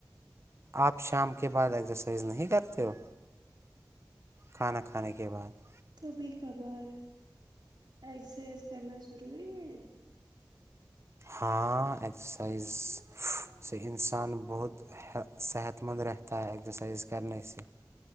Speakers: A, on the right (about 40°); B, on the right (about 85°).
A: آپ شام کے بعد ایکزرسائز نہیں کرتے ہو کھانا کھانے کے بعد
B: کبھی کبھار ایزرسائز کرنا ضروری ہے
A: ہاں ایکسسائز سے انسان بہت صحت مند رہتا ہے ایکسرسائز کرنے سے